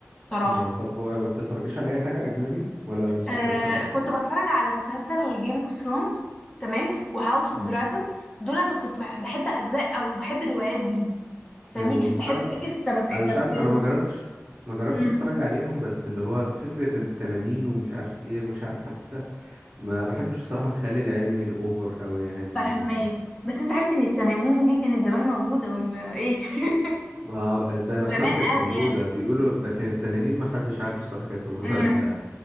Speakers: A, on the left; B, on the right.
A: بصراحه
B: آه طب هو ما بتتفرجيش على أي حاجة أجنبي ولا مسلسلات
A: آه
B: ولا أفلام؟
A: كنت بتفرج على مسلسل جيم اوف ثرونز تمام وهاوس اوف
B: مم.
A: دراجون دول انا كنت بح- بحب اجزاء او بحب الروايات دي فاهمني
B: ايوه بس
A: بحب
B: انا
A: فكره تم...
B: انا مش
A: تمثيلهم
B: عارف انا ما جربتش ما جربتش
A: امم
B: اتفرج عليهم بس اللي هو فكرة التنانين ومش عارف ايه مش عارف حاسسها ما بحبش بصراحة الخيال العلمي الاوفر قوي يعني اللي
A: فهماك
B: هو
A: بس انت عارف ان التنانين دي كانت زمان موجوده ولا ايه <laughs>
B: ما الديناصورات
A: زمان
B: كانت
A: قوي
B: موجودة
A: يعني
B: بيقولوا لكن التنانين ما حدش عارف الصراحة كانت موجودة
A: امم
B: ولا لا